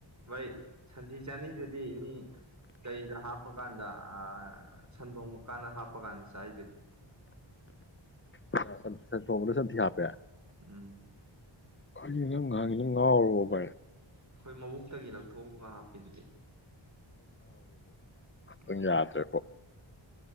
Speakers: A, on the right (about 35°); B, on the left (about 25°).
A: ꯃꯣꯏ ꯁꯟꯊꯤ ꯆꯥꯅꯩꯗꯨꯗꯤ ꯃꯤ ꯂꯩꯗ ꯍꯥꯞꯄ ꯀꯥꯟꯗ ꯑꯥ ꯁꯟꯊꯣꯡꯕ ꯀꯥꯟꯗ ꯍꯥꯞꯄ ꯀꯥꯟꯗ ꯆꯔꯤꯗꯨꯗꯤ
B: ꯁꯅ ꯊꯣꯡꯕꯗ ꯁꯟꯊꯤ ꯍꯥꯞꯄꯦ
A: ꯎꯝ
B: ꯀꯔꯤꯅꯣ ꯅꯪ ꯉꯥꯡꯉꯤꯗꯣ ꯉꯥꯎꯔꯕꯣ ꯕꯥ
A: ꯑꯩꯈꯣꯏ ꯃꯕꯨꯛꯇꯒꯤ ꯂꯧꯊꯣꯛꯑꯒ ꯍꯥꯞꯄꯤꯗꯨꯗꯤ ꯎꯝ
B: ꯄꯨꯟ ꯌꯥꯗ꯭ꯔꯦꯕꯣ